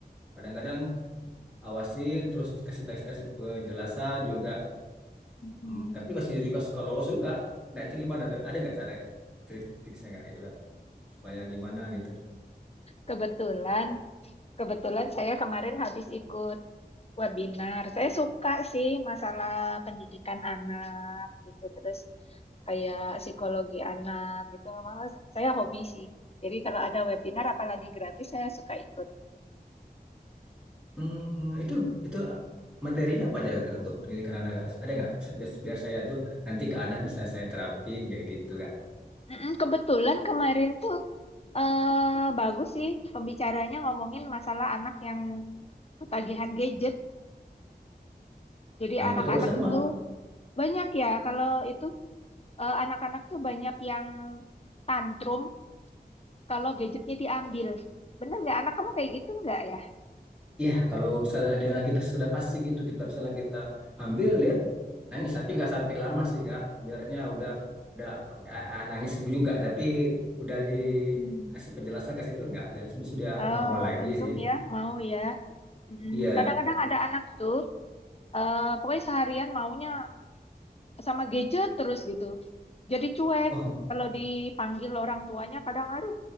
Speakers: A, in the centre; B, on the left.
A: Kadang-kadang awasin terus kasih teks kasih penjelasan juga.
B: mm-mm.
A: Hmm, tapi masih juga suka lolos juga. Nah itu gimana tuh? Ada nggak cara trik-triksnya nggak gitu kan? Supaya gimana gitu?
B: Kebetulan, kebetulan saya kemarin habis ikut webinar. Saya suka sih masalah pendidikan anak gitu, terus kayak psikologi anak gitu. Memang saya hobi sih. Jadi kalau ada webinar apalagi gratis saya suka ikut.
A: Hmm, itu itu materinya apa aja Kak, untuk pendidikan anak Kak? Ada nggak biar, biar saya tuh nanti ke anak bisa saya terapin kayak gitu Kak.
B: Mm-mm, Kebetulan kemarin tuh eh bagus sih pembicaranya ngomongin masalah anak yang ketagihan gadget. Jadi
A: Nah
B: anak-anak
A: kebetulan sama.
B: tuh Banyak ya, kalau itu eh, anak-anak tuh banyak yang tantrum kalau gadgetnya diambil. Bener nggak? Anak kamu kayak gitu nggak ya?
A: Ya kalau misalnya dia lagi sedang asik gitu kita misalnya kita ambil dia nangis tapi nggak sampai lama sih Kak. Biarnya udah udah, udah nangis juga tapi udah dikasih
B: Hmm.
A: penjelasan kasih itu nggak. Dan habis itu dia
B: Oh,
A: normal lagi
B: untung
A: sih.
B: ya, mau ya. Mm-mm.
A: Iya.
B: Kadang-kadang ada anak tuh, eh, pokoknya seharian maunya sama gadget terus gitu. Jadi cuek.
A: Wah,
B: Kalau dipanggil orang tuanya kadang aduh,